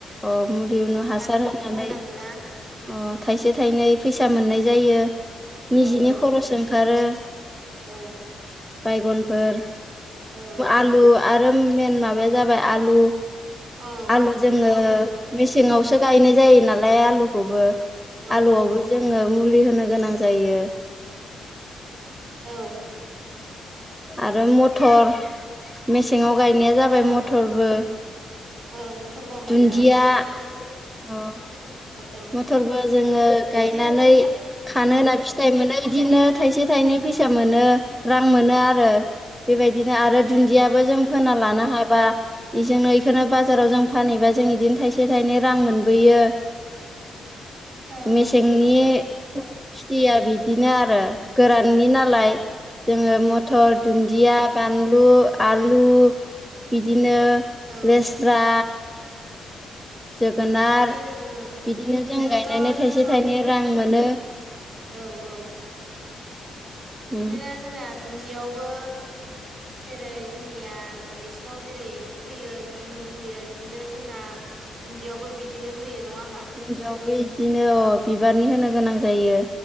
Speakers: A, in the centre; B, on the right (about 40°).
A: ओ मुलिनो हासार
B: इदिफोर
A: होनानै
B: होनांगौ ना
A: अ थाइसे थाइनै फैसा मोननाय जायो निजिनि
B: औ औ
A: खरस ओंखारो
B: औ
A: बायगनफोर
B: औ
A: आलु आरो मेेन माबाया जाबाय आलु
B: औ
A: आलु
B: आलुखौबोथ'
A: जोङो
B: उम
A: मेसेङावसो गायनाय जायो नालाय आलुखौबो
B: औ
A: आलुआवबो जोङो मुलि होनो गोनां जायो।
B: औ
A: आरो मटर मेसेङाव गायनाया जाबाय
B: ओं
A: मटरबो
B: ओं मथरबो मोनो
A: दुन्दिया
B: मथरखौथ' जों
A: अ
B: <unintelligible>
A: मथरबो जोङो गायनानै
B: बिदिनो दुन्दिया
A: खानो होना फिथाइ मोनो बिदिनो थाइसे थाइनै फैसा मोनो रां मोनो आरो। बेबायदिनो आरो दुन्दियाबो
B: ओं
A: जों फोना लानो हाबा बेजोंनो बेखौनो बाजाराव जों फानहैबा जों बिदिनो थाइसे थाइनै रां मोनबोयो।
B: ओं
A: मेसेंनि
B: ओं नंगौ
A: खिथिया बिदिनो आरो गोराननि नालाय। जोङो
B: औ
A: मथर, दुन्दिया, बानलु, आलु बिदिनो
B: औ
A: लेस्रा जोगोनार
B: बिदिनो ओं
A: बिदिनो जों
B: जोङोथ'
A: गायनानै थाइसे
B: बिखौ
A: थाइनै रां मोनो।
B: औ औ
A: उम
B: बिदिनो जोंना दुन्दियावबो जेरै जोंनिया ओ बेसराव जेरै फैयो मुलि होयो बिदिनो जोंना दुन्दियावबो बिदिनो होयो नङा होमबा।
A: दुन्दिआवबो इदिनो अ बिबारनि होनो गोनां जायो।